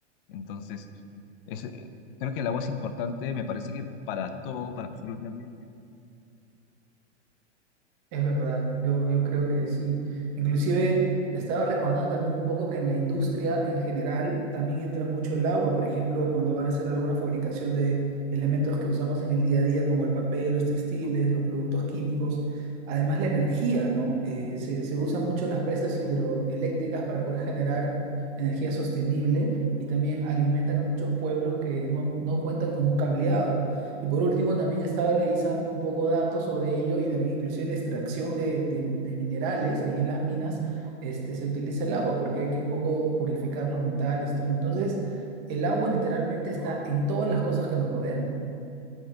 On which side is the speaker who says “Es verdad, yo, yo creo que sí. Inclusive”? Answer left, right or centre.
Right